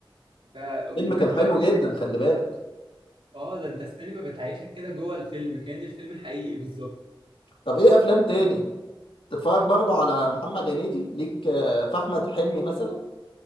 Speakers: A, on the right (about 85°); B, on the left (about 85°).
A: ف... وكنت
B: الفيلم كان حلو
A: بقى كان
B: جدا خلي بالك
A: اه ده انت السينما بتعيشك كده جوه الفيلم كان الفيلم حقيقي بالظبط
B: طب ايه افلام تاني تتفرج برضو على محمد هنيدي ليك آه، في احمد حلمي مثلا